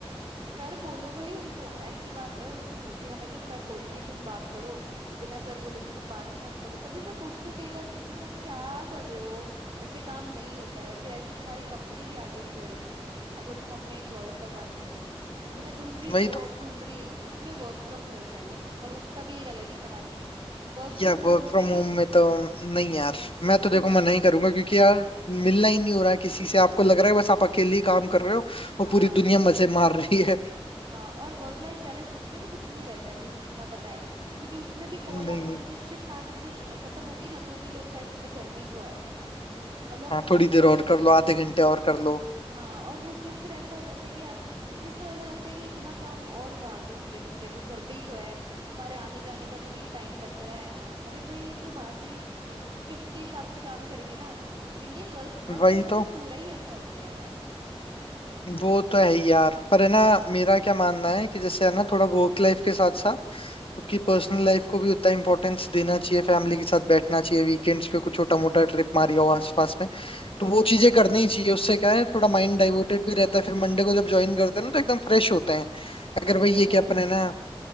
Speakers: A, on the right (about 50°); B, on the left (about 60°).
A: सर बोलो भाई उनको ऐसी बात है उनकी तो कि हमें तो सर बोल के ही तुम बात करो बिना सर बोले तो तुम बात ही मत करो तभी मैं सोचती हूँ कई बार कि तुम लोग क्या कर रहे हो ऐसे काम नहीं होता है फिर ऐसे तुम्हारी कंपनी भी आगे नहीं बढ़ेगी अगर तुम अपने एम्प्लॉयज का साथ नहीं दोगे तो मैं दूसरी
B: वही
A: जॉब
B: तो
A: ढूंढ रही हूँ उसमें वर्क फ्रॉम होम है लेकिन पर उसका भी एक अलग ही कहानी है वर्क फ्रॉम
B: या
A: होम
B: वर्क फ्रॉम
A: में
B: होम में तो नहीं यार मैं तो देखो
A: हाँ
B: मना ही करूंगा क्योंकि यार मिलना ही नहीं हो रहा है किसी से आपको लग रहा है बस आप अकेले ही काम कर रहे हो
A: हाँ
B: और पूरी दुनिया मजे मार रही है
A: हाँ और वर्क लाइफ बैलेंस उसमें भी कुछ नहीं रहता है मुझे जितना पता है क्योंकि उसमें भी कॉल
B: नहीं
A: आपको
B: नहीं
A: जैसे शिफ्ट आठ बजे श- खत्म होगी ना तो भी लोग का ऐसा होता है घर पे ही तो है मतलब
B: हाँ
A: दस
B: थोड़ी देर
A: बजे
B: और
A: तक
B: कर लो आधे
A: हाँ
B: घंटे और कर लो
A: हाँ और वो भी फिर ऐसा हो जाता है कि आप इत- फिर तो ऐसा लगता है कि इतना काम और उधार दो इस पे बच्चे को घर पे ही तो है तुम्हारे आने जाने का तो भी टाइम बच रहा है ना अरे भाई ये कोई बात हुई शिफ्ट के हिसाब से काम करेंगे ना इंडियन वर्क वर्क
B: वही
A: कल्चर
B: तो
A: पूरा ही ऐसा हो गया है यार समझ में ही नहीं आता
B: वो तो है ही यार पर है ना मेरा क्या मानना है कि जैसे है ना थोड़ा वर्क लाइफ के साथ साथ
A: हम्म
B: खुद की पर्सनल लाइफ को भी उतना इम्पोर्टेंस देना चाहिए फैमिली के साथ बैठना चाहिए वीकेंड्स पे कुछ छोटा मोटा ट्रिप मारिया हो आसपास में
A: वो
B: तो वो
A: तो
B: चीजें
A: है
B: करनी ही चाहिए उससे क्या है थोड़ा माइंड डाइवर्टेड भी रहता है फिर मंडे को जब
A: हम्म
B: ज्वाइन करते हैं ना तो एकदम फ्रेश होते हैं अगर
A: वो
B: भाई ये
A: तो
B: क्या
A: है
B: अपन है ना